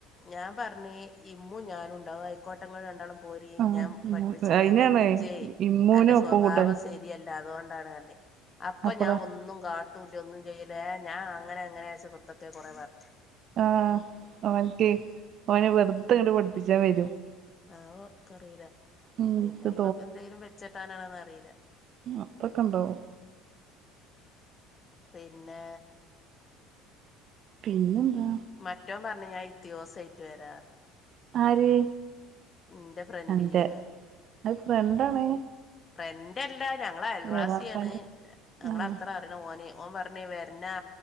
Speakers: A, on the left; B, on the right.
A: ഞാൻ പറഞ്ഞേ ഇമ്മും ഞാനും ഉണ്ടാവും ആയിക്കോട്ടങ്ങളണ്ടാളും, പോരി
B: ആഹ്
A: ഞാൻ പഠിപ്പിച്ചരാർഞ്ഞ്
B: അയിനാണ്
A: അങ്ങന ജെ
B: ഇമ്മൂനും
A: അന്റെ സ്വഭാവം
B: ഒപ്പം കൂട്ടാന്
A: ശെ രിയ്യല്ലാ അതുകൊണ്ടാണ്ന്നർഞ് അപ്പൊ
B: അപ്പളാ
A: ഞാൻ ഒന്നും കാ ട്ടൂല്ല ഒന്നും ചെയ്ല ഏഹ് ഞാൻ അങ്ങനെ അങ്ങനൊത്തൊക്കെ കുറേ പർഞ്ഞ്.
B: ആഹ് അവൻക്ക് ഓന് വെറുതെ ഇങ്ങട്ട് പഠിപ്പിച്ചാ വരും.
A: ആവോ. ക്കറിയില
B: ഉം
A: പിന്നെ
B: ഇക്ക്
A: ഈമ എന്തെങ്കിലും വെച്ചെട്ടാനാണോന്ന് അറിയില്ല.
B: അത്തൊക്കെണ്ടാവോ?
A: പിന്നേ
B: പിന്നെന്താ?
A: മറ്റോൻ പറഞ്ഞു ഞാൻ ഇത്തിയോസായിട്ട് വരാ.
B: ആര്?
A: ന്റെ ഫ്രണ്ട്
B: അന്റെ
A: ല്ല്യേ.
B: അത് ഫ്രണ്ടാണ്
A: ഫ്രണ്ടല്ല ഞങ്ങളെ അയൽവാസിയാണ്
B: എളാപ്പാന്റെ
A: ഞങ്ങളെ
B: ആഹ്
A: അത്ര ഓനെ ഓൻ പറഞ്ഞേ വരന്നാ